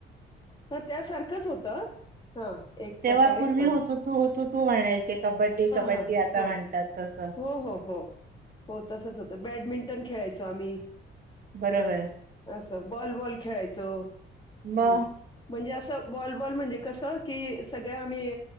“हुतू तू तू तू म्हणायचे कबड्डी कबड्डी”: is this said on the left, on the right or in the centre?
Right